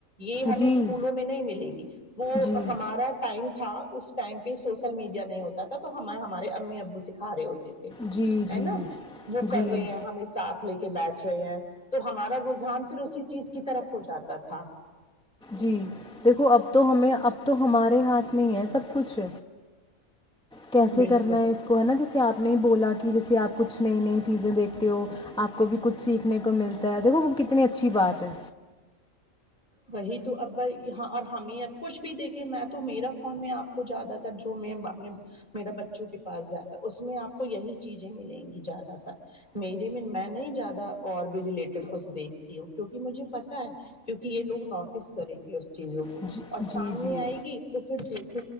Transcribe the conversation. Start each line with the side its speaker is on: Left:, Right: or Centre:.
Left: یہ ہمیں
Centre: جی
Left: اسکولوں میں نہیں ملے گی وہ
Centre: جی
Left: ہمارا ٹائم تھا اس ٹائم پہ سوشل میڈیا نہیں ہوتا تھا تو ہمیں ہمارے امی ابو سکھا رہے ہوتے تے تھے
Centre: جی جی
Left: ہے نہ وہ کر
Centre: جی
Left: رہے ہیں ہم ساتھ لے کے بیٹھ رہے ہیں تو ہمارا رجحان پھر اسی چیز کی طرف ہو جاتا تھا
Centre: جی دیکھو اب تو ہمیں اب تو ہمارے ہاتھ نہیں ہے سب کچھ کیسے
Left: بالکل
Centre: کرنا ہے اس کو ہے نہ جیس کہ آپ نے بولا کہ جیسے آپ کچھ نئی نئی چیزیں دیکھ تے ہو آپ کو بھی کچھ سیکھنے کو ملتا دیکھو وہ کتنی اچھی بات ہے
Left: وہی تو ابا یہاں اور ہمیں اب کچھ بھی دیکھیں میں تو میرا فون میں آپ کو زیادہ تر جو میں اپنے میرا بچوں کے پاس جاتا اس میں آپ کو یہی چیزیں ملیں گی زیادہ تر میرے میں میں نہیں زیادہ اور بھی ریلیٹڈ کچھ دیکھتی ہوں کیوںکہ مجھے پ تا ہے کیونکہ یہ لوگ نوٹس کریں گے اس چیزوں کو
Centre: جی
Left: اور سامنے
Centre: جی جی
Left: آئے گی تو پھر دیکھ